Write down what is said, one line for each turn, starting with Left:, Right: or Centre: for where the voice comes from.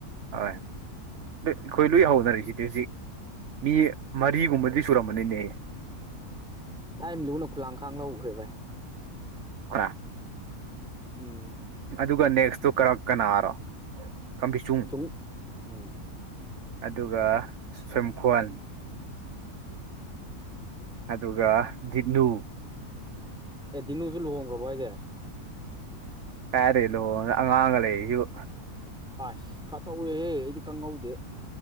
Right: ꯍꯣꯏ ꯑꯩꯈꯣꯏ
Centre: ꯅꯨꯡꯉꯥꯏ
Right: ꯂꯣꯏ ꯍꯧꯅꯔꯤꯁꯤꯗꯤ ꯍꯧꯖꯤꯛ ꯃꯤ ꯃꯔꯤꯒꯨꯝꯕꯗꯤ ꯁꯨꯔꯝꯕꯅꯤꯅꯦ
Centre: ꯊꯥꯏꯅ ꯂꯨꯅ ꯈꯨꯂꯥꯡꯈꯥꯡ ꯂꯧꯈ꯭ꯔꯦ ꯚꯥꯏ
Right: ꯀ <inaudible>
Centre: ꯎꯝ
Right: ꯑꯗꯨꯒ ꯅꯦꯛꯁꯇꯣ ꯀꯅꯥꯔꯣ ꯀꯥꯝꯕꯤꯆꯨꯡ
Centre: ꯁꯨꯡ ꯎꯝ
Right: ꯑꯗꯨꯒ ꯁꯝꯈꯣꯟ ꯑꯗꯨꯒ ꯗꯤꯅꯨ
Centre: ꯑꯦ ꯗꯤꯅꯨꯁꯨ ꯂꯨꯍꯣꯡꯈ꯭ꯔꯕꯣ ꯍꯥꯏꯁꯦ
Right: ꯀꯥꯏꯗꯩ ꯂꯨꯍꯣꯡꯉꯥꯒ ꯑꯉꯥꯡꯒ ꯂꯩꯁꯤꯕꯨ
Centre: ꯑꯁ ꯈꯔ ꯇꯧꯔꯦꯍꯦ ꯑꯩꯗꯤ ꯈꯪꯍꯧꯗꯦ